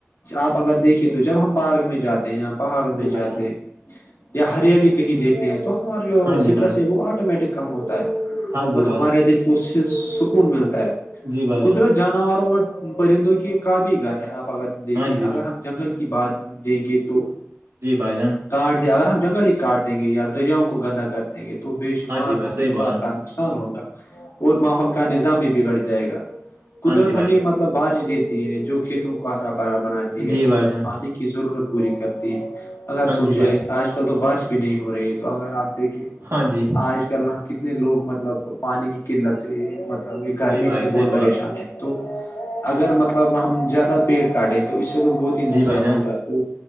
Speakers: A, on the left; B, on the right.
A: آپ اگر دیکھیے تو جب ہم پارک میں جاتے ہیں یا پہاڑ میں
B: جی بھائی
A: جاتے
B: جان
A: ہیں یا ہریالی کہیں دیکھتے ہیں تو ہمارا جو
B: ہاں
A: سٹرس
B: جی بھائی
A: ہے وہ آٹومیٹک ک ہوتا ہے
B: ہاں
A: اور
B: جی
A: ہمارے
B: بھائی
A: دل کو سکون ملتا ہے
B: جی بھائی
A: قدرت
B: جان
A: جانوروں اور پرندوں کے کا بھی گھر ہے آپ اگر دیکھییں
B: ہاں جی بھائی
A: اگر ہم جنگل کی بات دیں گے تو
B: جی بھائی جان
A: کاٹ دیں اگر ہم جنگلی ہی کاٹ دیں گے یا دریاؤ کو گندہ کر دیں گے تو بے شمار
B: ہاں جی بھائی
A: مخلوقات
B: صحیح بولا
A: کا نقان ہوگا اور ماحول کا نظام بھی بگڑ جائے گا قدرت
B: ہاں جی
A: ہمیں
B: بھائی
A: م مطلب بارش دیتی ہے جو کھیتوں کو ہرا بھرا بناتی
B: جی
A: ہے
B: بھائی
A: اور
B: جان
A: پانی ضرورت پوری کرتی ہے اگر
B: ہاں
A: سوچ
B: جی بھائی
A: آج کل تو بارش بھی نہیں ہو رہی ہے تو اگر آپ دیکھے
B: ہاں جی
A: آج چنا کتنے لوگ مطلب پانی کی قلت سے مطلب یہ گرمی
B: جی بھائی
A: سے بہت
B: صحیح
A: پریشان
B: بولا
A: ہے تو اگر مطلب ہم زیادہ پیڑ کاٹیں تو اس سے تو بہت ہی
B: جی
A: نقصان
B: بھائی جان
A: ہوگا تو